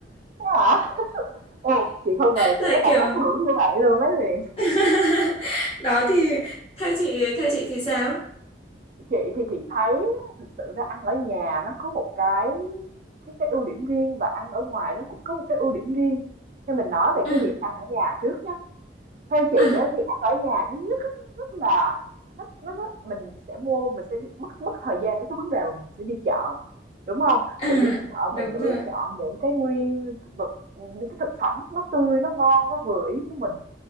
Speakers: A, on the right; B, on the left.
A: Thế hả? Ồ, chị không ngờ là
B: tại
A: chị có tầm
B: kiểu
A: ảnh hưởng như vậy luôn đấy Huyền.
B: <laughs> đó thì theo chị theo chị thì sao
A: Chị thì chị thấy á, thực sự ra ăn ở nhà nó có một cái cái cái ưu điểm riêng và ăn ở ngoài nó cũng có một cái ưu điểm riêng. Nên mình nói về
B: à,
A: cái việc ăn ở nhà trước nhá. Theo chị
B: à,
A: á, thì ăn ở nhà thứ nhất á, rất là nó, nó, nó mình sẽ mua mình sẽ đi, mất mất thời gian với cái vấn đề mà mình sẽ đi chợ. Đúng không?
B: à,
A: Mình đi chợ
B: đúng
A: mình lựa
B: rồi
A: chọn những cái nguyên vật những cái thực phẩm nó tươi nó ngon nó vừa ý của mình